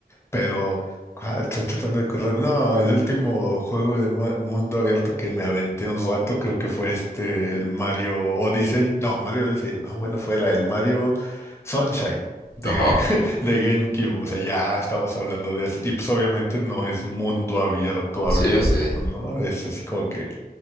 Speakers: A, on the left; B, on the left.
A: Pero ah, estoy tratando de acordar. No, el último juego de mu- mundo abierto que me aventé un rato, creo que fue este, el Mario Odyssey. No, Mario Odyssey, no, bueno, fuera el Mario Sunshine de,
B: Ajá.
A: <laughs> de GameCube. O sea, ya estamos hablando de eso. Y pues obviamente no es mundo abierto,
B: Sí,
A: abierto,
B: sí.
A: ¿no? Es así como que